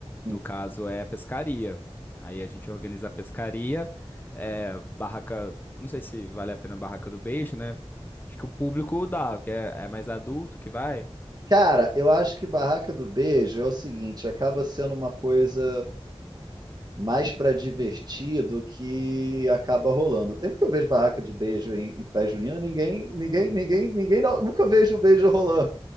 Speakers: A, on the right; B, on the left.
A: um?
B: no caso, é a pescaria. Aí a gente organiza a pescaria, é, barraca. eu Não sei se vale a pena a barraca do beijo, né? Acho que o público dá, que é, é mais adulto que vai.
A: Cara, eu acho que barraca do beijo é o seguinte, acaba sendo uma coisa mais para divertir do que acaba rolando. Sempre que eu vejo barraca de beijo em, em festa junina, ninguém, ninguém, ninguém, ninguém, dá- nunca vejo o beijo rolando.